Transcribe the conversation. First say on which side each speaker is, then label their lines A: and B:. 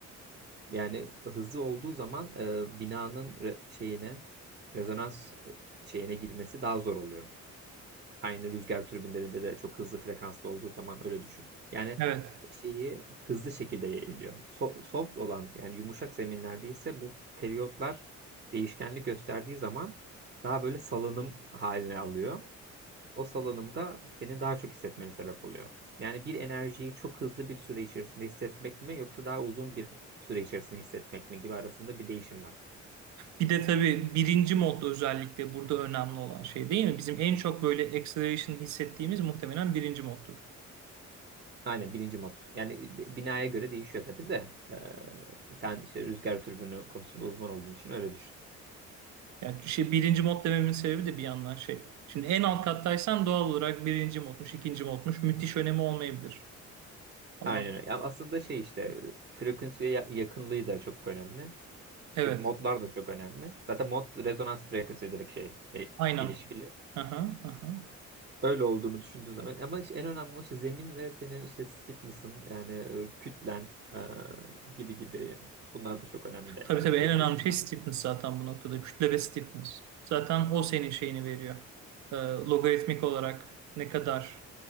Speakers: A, on the right; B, on the right.
A: Yani hızlı olduğu zaman e, binanın re- şeyine rezonans şeyine girmesi daha zor oluyor. Aynı rüzgar türbinlerinde de çok hızlı frekanslı olduğu zaman öyle düşün. Yani
B: Evet.
A: şeyi hızlı şekilde yayılıyor. So- soft olan yani yumuşak zeminlerde ise bu periyotlar değişkenlik gösterdiği zaman daha böyle salınım haline alıyor o salınımda seni daha çok hissetmene sebep oluyor. Yani bir enerjiyi çok hızlı bir süre içerisinde hissetmek mi yoksa daha uzun bir süre içerisinde hissetmek mi gibi arasında bir değişim var.
B: Bir de tabii birinci modda özellikle burada önemli olan şey değil mi? Bizim en çok böyle acceleration hissettiğimiz muhtemelen birinci moddur.
A: Aynen birinci mod. Yani de- binaya göre değişiyor tabii de. Ee, sen işte rüzgar türbünü konusunda uzman olduğun için öyle düşün.
B: Yani şey birinci mod dememin sebebi de bir yandan şey. Şimdi en alt kattaysam doğal olarak birinci modmuş, ikinci modmuş. Müthiş önemi olmayabilir. Ama
A: Aynen öyle. Ya aslında şey işte frekansıya ya- yakınlığı da çok önemli. İşte
B: evet,
A: modlar da çok önemli. Zaten mod rezonans frekansı direkt şey e,
B: aynen.
A: ilişkili.
B: Aha, aha.
A: Öyle olduğunu düşündüğü zaman ama işte en önemli olan işte zemin ve senin işte stiffness'ın yani e, kütlen e, gibi gibi bunlar da çok önemli.
B: Tabii tabii
A: Yani
B: en
A: tek
B: önemli
A: başına
B: şey stiffness zaten bu noktada. Kütle ve stiffness. Zaten o senin şeyini veriyor. Ee, logaritmik olarak ne kadar